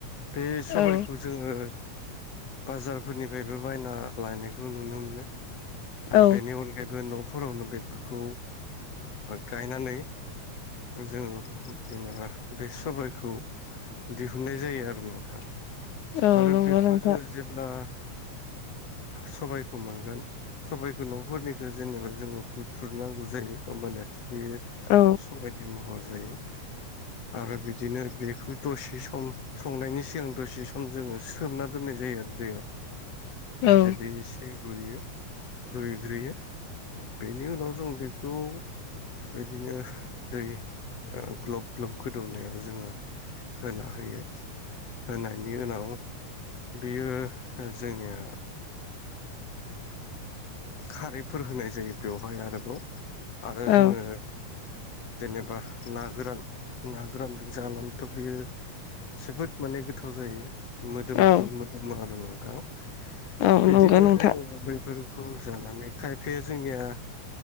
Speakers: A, on the left (about 55°); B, on the left (about 80°).
A: बे सबायखौ
B: औ
A: जोङो बाजारफोरनिफ्रायबो बायना लायनायखौ नुनो मोनो आरो
B: औ
A: बेनि अनगायैबो न'फोरावनो बे खौ गायनानै जोङो जेनेबा बे सबायखौ दिहुननाय जायो आरो नोंथां
B: औ
A: आरो
B: नंगौ
A: बेखौ
B: नोंथां
A: जोङो जेब्ला सबायखौ मोनगोन सबायखौ न'फोरनिखौ जेनेबा जोङो थुरनांगौ जायो होमबानिया बेयो
B: औ
A: सबाइनि महर जायो आरो बिदिनो बेखौ दसे सम संनायनि सिगां दसे सम जोङो सोमना दोननाय जा जायो आरो दैयाव जाहाथे
B: औ
A: बे एसे रुयो रुइग्रोयो बेनि उनाव जों बेखौ बिदिनो दै ग्लब ग्लब गोदौनायाव जोङो होना होयो होनायनि उनाव बेयो जोंनिया <inaudible> खारैफोर होनाय जायो बेवहाय आरोबाव आरो
B: औ
A: जोङो जेनेबा ना गोरान ना गोरानजों जानानैथ' बियो जोबोद माने गोथाव जायो मोदोमफ्रु
B: औ
A: मोदोमो आरो नोंथां
B: औ
A: बिदिनो
B: नंगौ नोंथां
A: जोङो बे जानानै खायफाया जोंनिया